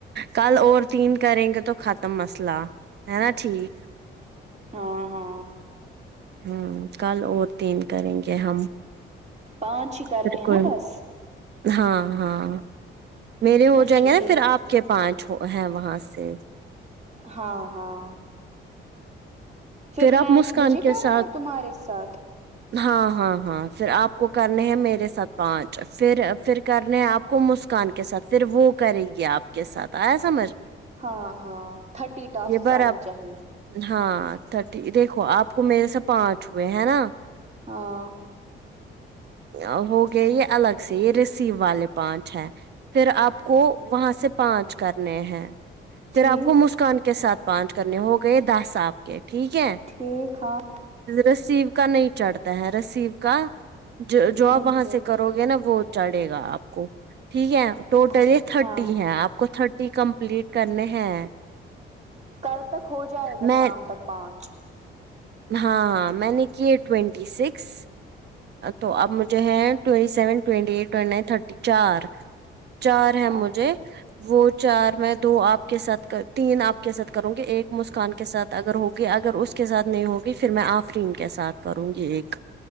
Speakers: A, on the right (about 60°); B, on the right (about 35°).
A: کل اور تین کریں گے تو ختم مسئلہ ہے نا ٹھیک
B: ہاں ہاں
A: ہوں کل اور تین کریں گے ہم
B: پانچ ہی کرنے
A: بالکل
B: ہیں نا بس
A: ہاں ہاں میرے ہو
B: اچھا
A: جائیں گے نا
B: ٹھیک
A: پھر آپ کے پانچ ہے وہاں سے
B: ہاں ہاں پھر
A: آپ
B: میں
A: مسکان
B: مجھے
A: کے
B: کرنا
A: ساتھ
B: ہے تمہارے ساتھ
A: ہاں ہاں ہاں پھر آپ کو کرنے ہیں میرے سات پانچ پھر پھر کرنے ہیں آپ کو مسکان کے ساتھ پھر وہ کرے گی آپ کے ساتھ آیا سمجھ
B: ہاں ہاں تھرٹی ٹاسک
A: یہ بار
B: آنی
A: آپ
B: چاہیے
A: ہاں تھرٹی دیکھو آپ کو میرے سے پانچ ہوئے ہے نا
B: ہاں
A: ا ہو گیا یہ الگ سے یہ ریسیو والے پانچ ہے پھر آپ کو وہاں سے پانچ کرنے ہیں پھر
B: ٹھیک
A: آپ کو مسکان کے ساتھ پانچ کرنے ہو گئے دس آپ کے ٹھیک ہے
B: ٹھیک ہاں
A: رسیو کا نہیں چڑھتا ہے رسیو کا جو جو
B: نہیں
A: وہاں
B: چل
A: سے کرو ہو گے نا وہ چڑھے گا آپ کو ٹھیک ہے ٹوٹلی
B: اچھا
A: تھرٹی
B: ہاں
A: ہے آپ کو تھرٹی کمپلیٹ کرنے ہیں
B: کل تک ہو جائے گا
A: میں
B: شام تک پانچ
A: ہاں میں نے کیے ٹوینٹی سکس تو اب مجھے ہے twenty seven twenty eight twenty nine thirty چار چار ہے
B: ہاں
A: مجھے وہ چار میں دو آپ کے ساتھ تین آپ کے ساتھ کرو گے ایک مسکان کے ساتھ اگر ہوگی اگر اس کے ساتھ نہیں ہوگی پھر میں آفرین کے ساتھ کروں گی ایک